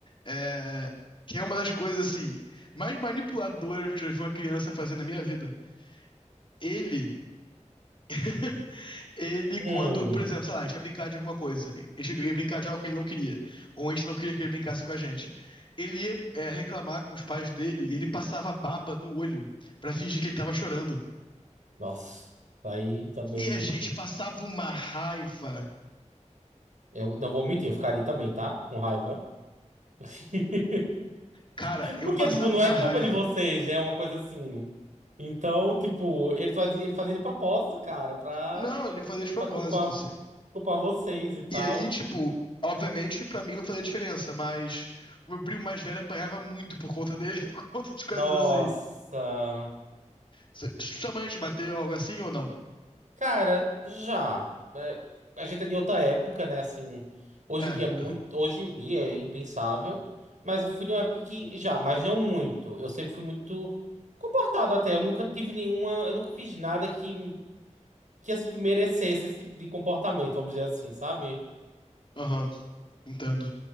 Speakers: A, on the left; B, on the right.
A: É, que é uma das coisas, assim, mais manipuladoras que eu já vi uma criança fazer na minha vida. Ele, <laughs> ele,
B: Hum.
A: quando, por exemplo, sei lá, a gente ia brincar de alguma coisa, a gente ia brincar de algo que ele não queria, ou a gente não queria que ele brincasse com a gente. Ele ia, é, reclamar com os pais dele e ele passava baba no olho pra fingir que ele tava chorando.
B: Nossa. Aí também
A: E a gente passava uma raiva.
B: eu não vou mentir, eu ficaria também, tá? Com raiva. <laughs>
A: Cara, eu
B: Porque,
A: passava
B: tipo, não
A: uma
B: é culpa
A: raiva.
B: de vocês, é uma coisa assim. Então, tipo, ele fazia, ele fazia de propósito, cara, pra,
A: Não, ele fazia de propósito,
B: pra culpar,
A: assim.
B: culpar vocês e tal.
A: E aí, tipo, obviamente, pra mim não fazia diferença, mas o meu primo mais velho apanhava muito por conta dele, <laughs> por conta de coisas
B: Nossa.
A: assim. S- Sua mãe te bateu algo assim ou não?
B: Cara, já. É, a gente é de outra época, né? Assim, hoje
A: É,
B: em dia é muito,
A: é.
B: hoje em dia é impensável. Mas eu fui de uma época que já, mas não muito. Eu sempre fui muito comportado até. Eu nunca tive nenhuma, eu nunca fiz nada que, que assim, que merecesse esse tipo de comportamento, vamos dizer assim, sabe?
A: Aham, entendo.